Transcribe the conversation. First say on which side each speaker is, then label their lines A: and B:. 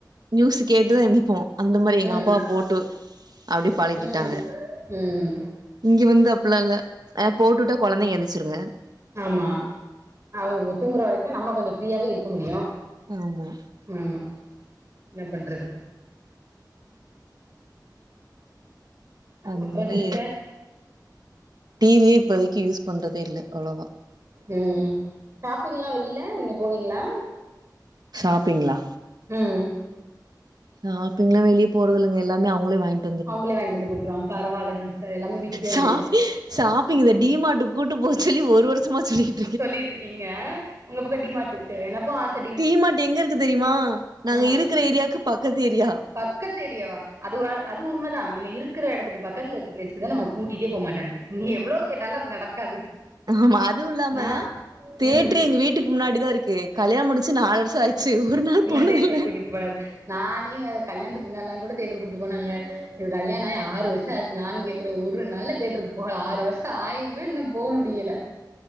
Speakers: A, on the right; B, on the right.
A: நியூஸ் கேட்டுதா எந்திப்போ அந்த மாரி எங்கப்பா
B: ம்
A: போட்டு அப்டி பழக்கிட்டாங்க
B: ம் ம்
A: இங்க வந்து அப்பல்லா இல்ல அ போட்டுட்டா கொழந்தைங்க எந்திச்சிருங்க
B: ம்மா அவுங்க தூங்கற வரைக்கு நம்ம கொஞ்ச ஃப்ரீயாவே இருக்க முடியு
A: ஆமா
B: ஆமா என்ன பண்றது
A: அதனால
B: அப்ற சிஸ்டர்
A: டிவிய இப்பதைக்கு யூஸ் பண்றதே இல்ல அவ்ளவா
B: ம் ஷாப்பிங்லா வெளில நீங்க போவீங்ளா
A: ஷாப்பிங்ளா
B: ம்
A: ஷாப்பிங்ளா வெளியப் போறதில்லங்க எல்லாமே அவுங்களே வாய்ங்
B: அவுங்களே வாய்ன்ட்டு வந்து குடுத்துருவாங்க பரவால சிஸ்டர் எல்லாமே வீட்டுக்கே
A: ஷாப்
B: வந்துரும்
A: ஷாப்பிங் இந்த டி மார்ட்டுக் கூட்டு போ சொல்லி ஒரு வருஷமா சொல்லிகிட்
B: சொல்லிட்ருக்கீங்க உங்க பக்க டி மார்ட் இருக்கு எனக்கு ஆச்
A: டீ மார்ட்டு எங்க இருக்கு தெரியுமா நாங்க
B: ம்
A: இருக்கிற ஏரியாவுக்கு பக்கத்து ஏரியா
B: பக்கத்து ஏரியாவா அதுவா அது உண்மதா நம்ம இருக்கிற எடத்துக்கு பக்கத்ல இருக்க பிளேஸ்க்குதா நம்ம கூட்டிட்டே போ மாட்டாங்க நீ எவ்ளோ கேட்டாலு அது நடக்காது
A: ஆமா அதுவு இல்லாம
B: நா
A: தேட்ரே
B: ம்
A: எங்க வீட்டுக்கு முன்னாடிதா இருக்கு கல்யாணம் முடிச்சு நாலு வருஷம் ஆய் ச்சு ஒரு நாள்
B: என்ன
A: போனதில
B: தேட்டருக்கு கூட்டிட்டு போனாங்க நானே இங்க கல்யாண்த்துக்கு முன்னால்லாங் கூட தேட்ரு கூட்டு போனாங்க இவ கல்யாண ஆயி ஆறு வர்ஷ ஆச் நானுங் கேக்றே ஒரு நல்ல தேட்ருக்கு போகல ஆறு வர்ஷ ஆயுமே இன்னும் போ முடியல